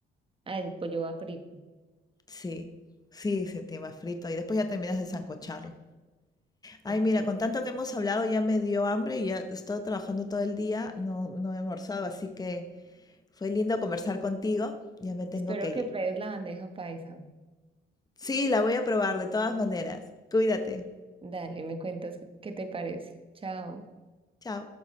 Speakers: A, on the right; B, on the left.
A: Ah, el pollo va frito.
B: Sí, sí, sí te va frito y después ya terminas de sancocharlo.
A: Ok.
B: Ay, mira, con tanto que hemos hablado ya me dio hambre y ya estoy trabajando todo el día, no, no he almorzado, así que fue lindo conversar contigo, ya me tengo
A: Espero
B: que
A: que
B: ir.
A: pruebes la bandeja paisa.
B: Sí, la voy a probar de todas maneras. Cuídate.
A: Dale, me cuentas qué te parece. Chao.
B: Chao.